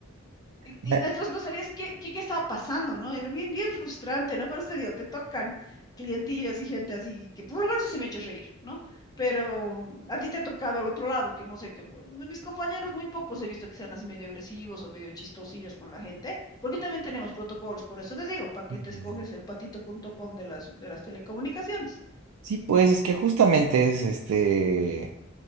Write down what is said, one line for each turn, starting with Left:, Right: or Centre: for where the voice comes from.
Left: Y,
Right: Ya,
Left: y entonces no sabías qué, qué, qué estaba pasando, ¿no? Era bien, bien frustrante, ¿no? Por eso te digo, te tocan clientillas y gente así, que por lo menos se me echó reír, ¿no? Pero mm, a ti te ha tocado al otro lado, que no sé, que bueno, de mis compañeros muy pocos he visto que sean así medio agresivos o medio chistosillos con la gente, porque también tenemos protocolos, por eso te digo, para que
Right: ya,
Left: te escoges
Right: ya.
Left: el patito patito.com de las, de las telecomunicaciones.
Right: Sí, pues es que justamente es este,